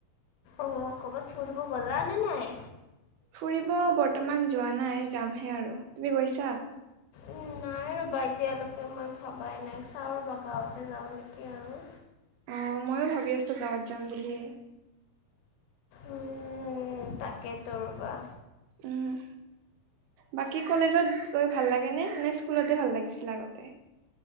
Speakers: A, on the left; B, on the right.
A: অ ক'ৰবাত ফুৰিব গ'লা নে নাই
B: ফুৰিব বৰ্তমান যোৱা নাই যামহে আৰু তুমি গৈছা
A: উম নাই ৰ'বা এতিয়ালৈকে মই ভবাই নাই চাওঁ ৰবা গাঁৱতে যাওঁ নেকি আৰু
B: অ ময়ো ভাবি আছো গাঁৱত যাম বুলি।
A: উম তাকে তো ৰবা
B: উম বাকী কলেজত গৈ ভাল লাগে নে নে স্কুলতে ভাল লাগিছিলে আগতে